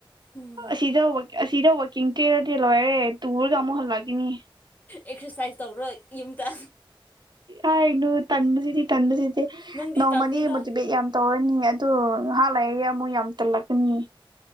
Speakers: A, on the left; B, on the right.
A: ꯎꯝ
B: ꯑꯁꯤꯗ ꯋꯥꯛ ꯑꯁꯤꯗ ꯋꯥꯛ <unintelligible> ꯂꯣꯏꯔꯦ ꯇꯨꯔꯒ ꯑꯃꯨꯛ ꯍꯂꯛꯀꯅꯤ
A: ꯑꯦꯛꯁꯔꯁꯥꯏꯁ ꯇꯧꯔꯣ ꯌꯨꯝꯗ
B: ꯍꯥꯏꯅꯨ ꯇꯟꯕꯁꯤꯗꯤ ꯇꯟꯕꯁꯤꯗꯤ
A: ꯅꯪꯗꯤ
B: ꯅꯣꯡꯃꯗꯤ
A: ꯀꯪꯉꯤꯗ
B: ꯃꯣꯇꯤꯕꯦꯠ ꯌꯥꯝ ꯇꯧꯔꯅꯤ ꯑꯗꯨ ꯉꯍꯥꯛ ꯂꯩꯔ ꯑꯃꯨꯛ ꯌꯥꯝ ꯇꯜꯂꯛꯀꯅꯤ